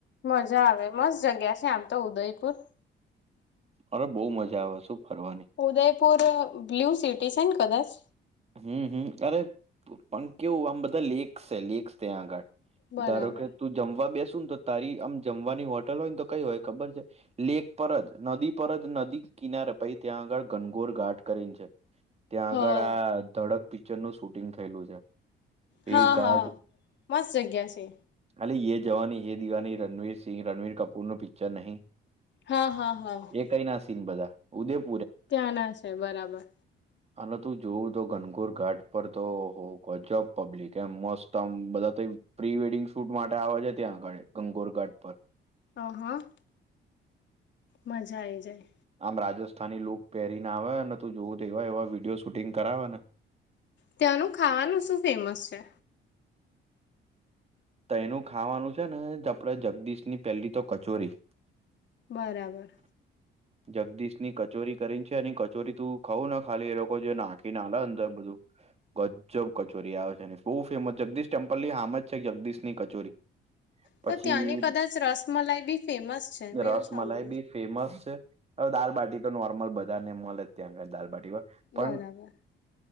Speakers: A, on the left; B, on the right.
A: મજા આવે. મસ્ત જગ્યા છે આમ તો ઉદયપુર.
B: અરે બઉ મજા આવે શું ફરવાની
A: ઉદયપુર બ્લુ સિટી છે ને કદાચ.
B: હમ્મ હમ્મ અરે પણ કેવું આમ બધા લેક્સ છે લેક્સ ત્યાં આગળ.
A: બરાબર
B: ધારો કે તું જમવા બેસ બેશુંન તો તારી આમ જમવાની હોટલ હોય ને તો કઈ હોય ખબર છે લેક પર જ નદી પર જ નદી કિનારે પહી ત્યાં આગળ ઘનઘોર ઘાટ કરીને છે. ત્યાં
A: હા
B: આગળ આ ધડક પિક્ચરનું શૂટિંગ થયેલું છે.
A: હા-હા
B: એ ઘાટ
A: મસ્ત જગ્યા છે.
B: ખાલી યે જવાની યે દિવાની રણવીર સિંહ રણવીર કપૂરનુ પિક્ચર નહીં
A: હા હા હા
B: એ કઈના સીન બધા ઉદેપુ
A: ત્યાંના છે બરાબર.
B: અને તું જોવું તો ઘનગોર ઘાટ પર તો ઓહ ગજબ પબ્લિક એમ મસ્ત આમ બધા તો પ્રી વેડિંગ શૂટ માટે આવ જ છે ત્યાં આગાડી ગનગોર ઘાટ પર.
A: અ હ. મજા આવી જાય.
B: આમ રાજસ્થાની લુક પહેરીને આવે અને તું જોવું તો એવા-એવા વિડિઓ શૂટિંગ કરાવેને
A: ત્યાંનું ખાવાનું શું ફેમસ છે?
B: તઈનું ખાવાનું છે ને આપણે જગદીશની પેલી તો કચોરી
A: બરાબર.
B: જગદીશની કચોરી કરીને છે એની કચોરી તું ખઉું ન ખાલી એ લોકો જે નાખીને આલે ન અંદર બધું. ગજબ કચોરી આવે છે એની બહુ ફેમસ જગદીશ ટેમ્પલની હામે જ છે જગદીશની કચોરી. પછી
A: તો ત્યાંની કદાચ રસમલાઈ બી ફેમસ છે મેં
B: રસમલાઈ
A: એવું સાંભળ્યું
B: બી
A: છે
B: ફેમસ છે. હવે દાલબાટી તો નોર્મલ બધાને મલે જ ત્યાં આગળ દાલબાટી તો
A: બરાબર
B: પણ